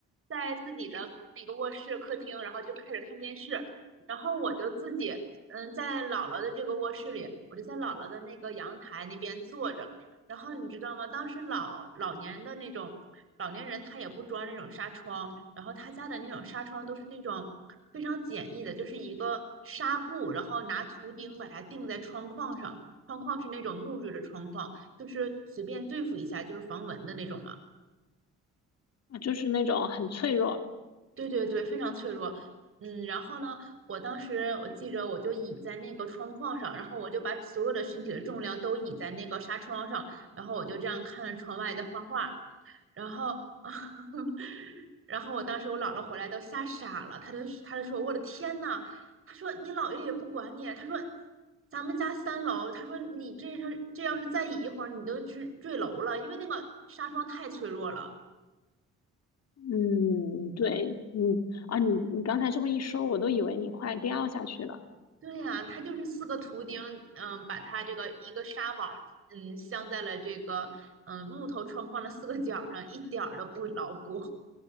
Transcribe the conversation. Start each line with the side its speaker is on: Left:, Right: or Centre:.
Right: 在自己的那个卧室、客厅，然后就开始看电视，然后我就自己，嗯，在姥姥的这个卧室里，我就在姥姥的那个阳台那边坐着。然后你知道吗？当时老老年的那种老年人，他也不装那种纱窗。然后他家的那种纱窗都是那种非常简易的，就是一个纱布，然后拿图钉把它钉在窗框上，窗框是那种木质的窗框，就是随便对付一下，就是防蚊的那种嘛。
Left: 啊？就是那种很脆弱。
Right: 对对对，非常脆弱。嗯，然后呢，我当时我记着，我就倚在那个窗框上，然后我就把所有的身体的重量都倚在那个纱窗上，然后我就这样看着窗外在画画，然后，<laughs> 然后我当时我姥姥回来都吓傻了，她就她就说我的天呐，她说你姥爷也不管你，她说咱们家三楼，她说你这是这要是再倚一会儿，你都坠坠楼了，因为那个纱窗太脆弱了。
Left: 嗯，对，嗯啊，你你刚才这么一说，我都以为你快掉下去了。
Right: 对呀，它就是四个图钉，嗯，把它这个一个纱网，嗯，镶在了这个嗯木头窗框的四个角上，一点儿都不牢固。